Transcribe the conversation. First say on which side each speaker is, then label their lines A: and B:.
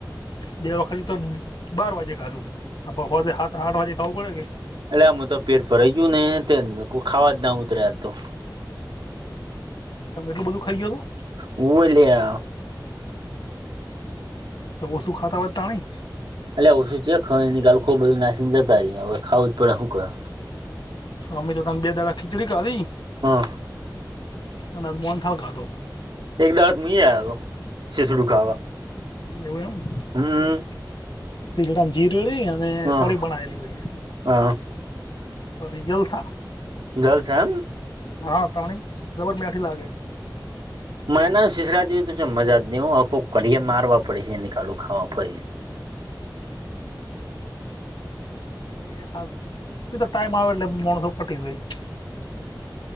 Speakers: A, on the left (about 75°); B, on the right (about 80°).
A: બે વખત તો બાર વાગે ખાતું હતું <unintelligible> આઠ વાગે ખાવું પડે કે.
B: એટલે આમું તો પેટ ભઈ ગયું ને તે <unintelligible> ખાવા જ ના ઉતર્યા તો.
A: તમ એટલું બધું ખાઈ ગયો હતું.
B: હોવ <unintelligible>
A: તો ઓછું ખાતા હોય તાણે.
B: અલ્યા ઓછું ચ્યા ખવાય ગાળકો ભરીને નાસીને જતા રયા હવે ખાવું જ પડે હું કર.
A: અમે તો તમ બે દાડા ખીચડી ખાધી.
B: હા.
A: અન મોહનથાળ ખાધો.
B: એક દાડ તો હુંય આયોતો શિસડું ખાવા.
A: એવું એમ.
B: હમ્મ.
A: બીજ આમ જીરેડી અને
B: હા
A: કઢી બનાવેેલી હોય.
B: હા.
A: પસી જલસા.
B: જલસા એમ.
A: હા તાણી જબર મેઠી લાગે.
B: <unintelligible>
A: એ હાથ તો તો ટાઈમ આવેલે માણસો પટી <unintelligible>